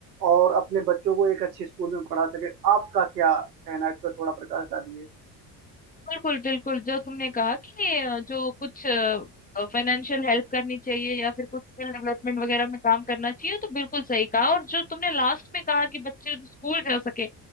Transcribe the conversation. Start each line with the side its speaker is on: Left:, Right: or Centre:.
Right: और अपने बच्चों को एक अच्छे स्कूल में पढ़ा सके आपका क्या कहना है इस पर थोड़ा प्रकाश डालिए
Left: बिल्कुल बिल्कुल जो तुमने कहा कि अ, जो कुछ फाइनेंशियल हेल्प करनी चाहिए या फिर कुछ स्किल डेवलपमेंट वगैरह में काम करना चाहिए तो बिल्कुल सही कहा और जो तुमने लास्ट में कहा कि बच्चे स्कूल जा सके